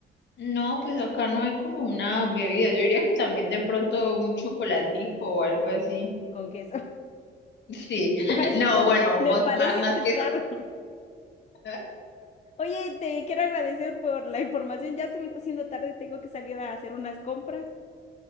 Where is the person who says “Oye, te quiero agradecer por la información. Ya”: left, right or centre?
Left